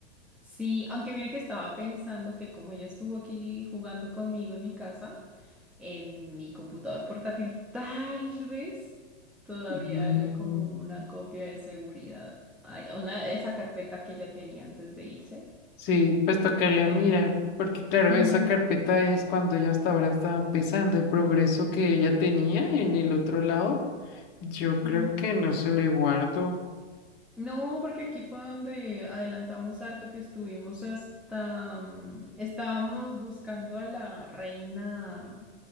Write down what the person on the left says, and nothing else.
Mm,
Sí, pues tocaría
mirar, porque claro,
esa carpeta es cuando ya hasta ahora estaba empezando el progreso que ella tenía en el otro lado. Yo creo
que no se le guardo.